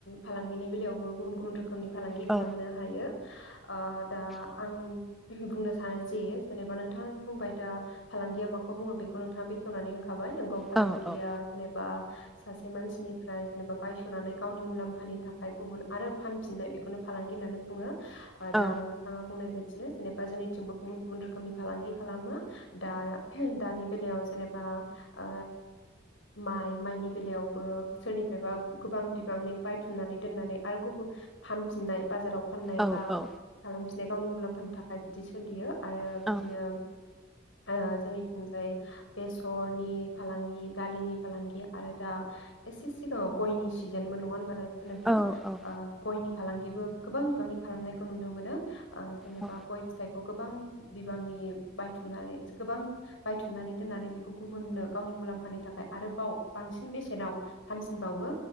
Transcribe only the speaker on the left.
फालांगिनि बेलायावबो गुबुन गुबुन रो खोमनि फालांगि
खालामनो हायो ओ दा आं बुंनो सानो जे जेनेबा नोंथाङा बुंबाय दा फालांगिया माखौ बुङो बेखौ नोंथाङा बेखेवनानै हो खाबाय नोंगौ फालांगिया
जेनेबा सासे मानसिनिफ्राय जेनेबा बायस'नानै गावनि मुलाम्फानि थाखाय गुबुन आरो फानफिननाय बेखौनो फालांगि होननानै बुङो। ओ
दा नोंथांङा बुंनाय बायदिनो जेनेबा जोंनिथिंबो गुबुन गुबुन रोखोमनि फालांगि खालामो दा दानि बेलायाव जेनेबा ओ माइ माइनि बेलायावबो सोरनिफ्रायबा गोबां बिबांनि बायथुमनानै दोननानै आरो गुबु फानफिननाय बाजाराव फाननाय
बा
खालामफिननाय गावनि मुलाम फाननो थाखाय बिदि सोलियो। आरो बिदिनो
ओ जोंनि ओमफ्राय बे सु सरनि फालांगि, दालिनि फालांगि, आरो दा एसे सिगाङाव गयनि सिजेनमोन नङा होनबा नोंथां
ओ गयनि फालांगि बो गोबां बिबांनि खालामनायखौ नुनो मोनो। ओ जेनेबा
गय फिथाइखौ गोबां बि-बिबांनि बायथुमनानै गोबां बायथुमनानै दोननानै बे खौ गुबुननो गावनि मुलाम्फानि थाखाय आरोबाव बांसिन बेसेनाव फानसिनबावो